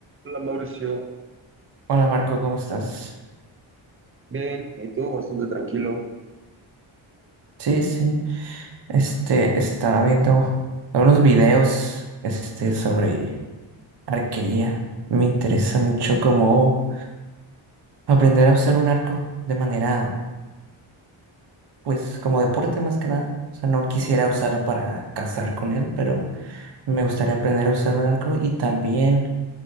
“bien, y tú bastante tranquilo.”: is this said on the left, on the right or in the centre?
Right